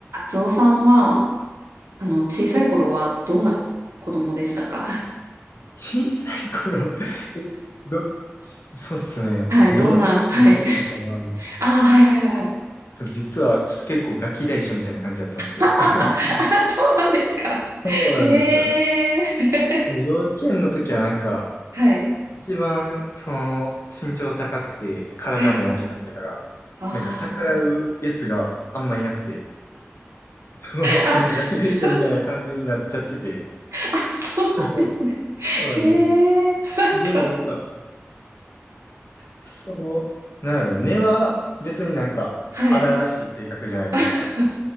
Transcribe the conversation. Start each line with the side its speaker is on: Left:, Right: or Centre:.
Right: つおさんは、あの、小さい頃はどんな子供でしたか <laughs>
Left: 小さい頃ど、そうっすね。
Right: はい、
Left: 幼稚園の時とかは、
Right: どんな、はい。
Left: ち
Right: ああ、はいはいはい。
Left: ょっと実はちょっと結構ガキ大将みたいな感じだったんですよ。
Right: あ、
Left: <laughs>
Right: そうなんですか。
Left: そうなんですよ。
Right: ええ
Left: その幼稚園の時はなんか、
Right: ー。<laughs> はい。
Left: 一番その身長高くて体も大きかったから、
Right: はいはいはいはい。ああ。
Left: なんか逆らうやつがあんまいなくて、<laughs> そう、
Right: あ、
Left: なんかガキ大将みたいな感じになっちゃってて、
Right: そう、あ、そうなんですね。
Left: <laughs> そうなんです。
Right: ええー。なんか、
Left: でもなんか、その、なんやろ、根は別になんか荒々しい性格じゃないというか、
Right: はい。<laughs>